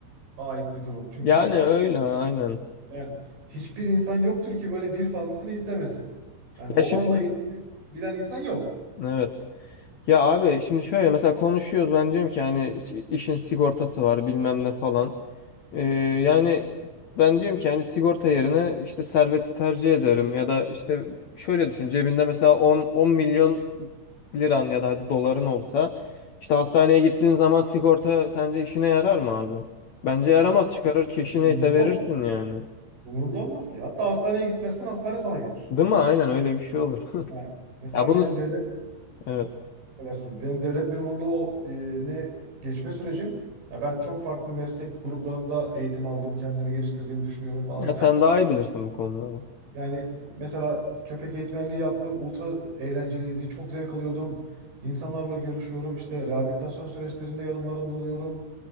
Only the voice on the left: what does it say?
Yani öyle aynen.
Ya şimdi
evet. Ya abi şimdi şöyle mesela konuşuyoruz ben diyorum ki hani iş- işin sigortası var bilmem ne falan. Ee, yani ben diyorum ki hani sigorta yerine işte serveti tercih ederim ya da işte şöyle düşün cebinde mesela 10 10 milyon liran ya da hadi doların olsa işte hastaneye gittiğin zaman sigorta sence işine yarar mı abi? Bence yaramaz çıkarır keşi
neyse verirsin
yani.
Değil mi? Aynen öyle bir şey olur.
Ya bunu
evet.
Ya
sen daha iyi bilirsin bu konuları.